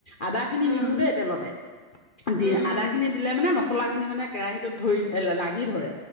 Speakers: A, on the left; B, on the right.
A: আদা খিনি
B: উম,
A: নিদিওঁ দেই তেলতে। দি
B: উম,
A: আদা
B: উম,
A: খিনি দিলে মানে মছলা খিনি মানে কেৰাহীটোত ধৰি লাগি ধৰে